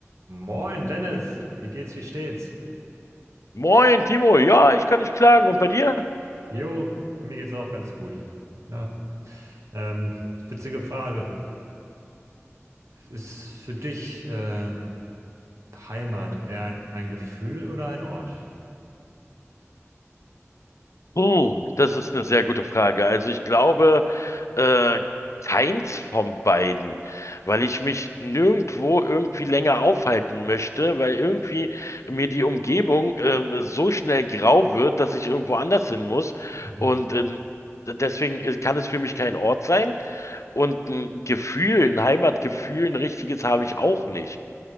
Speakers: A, on the right; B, on the left.
A: Moin, Dennis. Wie geht's, wie steht's?
B: Moin, Timo. Ja, ich kann nicht klagen. Und bei dir?
A: Jo, mir geht's auch ganz gut. Ja. Ähm, witzige Frage. Ist für dich äh, Heimat eher ein Gefühl oder ein Ort?
B: Puh, das ist eine sehr gute Frage. Also ich glaube, äh, keins von beiden, weil ich mich nirgendwo irgendwie länger aufhalten möchte, weil irgendwie mir die Umgebung, ähm, so schnell grau wird, dass ich irgendwo anders hin muss.
A: Mhm.
B: Und, ähm, d- Deswegen äh, kann es für mich kein Ort sein und ein Gefühl, ein Heimatgefühl, ein richtiges habe ich auch nicht.